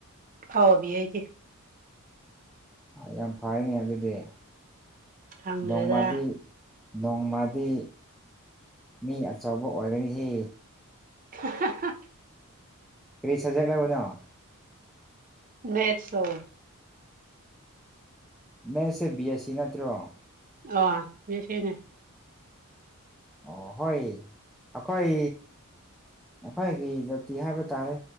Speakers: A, on the right; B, in the centre.
A: ꯑꯥꯎ ꯕꯤꯌꯦꯒꯤ
B: ꯌꯥꯝ ꯐꯔꯦꯅꯦ ꯑꯗꯨꯗꯤ
A: ꯈꯪꯗ꯭ꯔꯦꯗ
B: ꯅꯣꯡꯃꯥꯗꯤ ꯅꯣꯡꯃꯗꯤ ꯃꯤ ꯑꯆꯧꯕ ꯑꯣꯏꯒꯅꯤꯍꯦ
A: <unintelligible>
B: ꯀꯔꯤ ꯁꯕꯖꯦꯛ ꯂꯧꯕꯅꯣ
A: ꯃꯦꯠꯁ ꯂꯧꯋꯦ
B: ꯃꯦꯠꯁꯦ ꯕꯤ ꯑꯦꯁ ꯁꯤ ꯅꯠꯇ꯭ꯔꯣ
A: ꯑ ꯕꯤ ꯑꯦ ꯁꯤꯅꯦ
B: ꯑꯣ ꯍꯣꯏ ꯑꯩꯈꯣꯏ ꯑꯩꯈꯣꯏꯒꯤ ꯇꯤ ꯍꯥꯏꯕ ꯇꯥꯔꯦ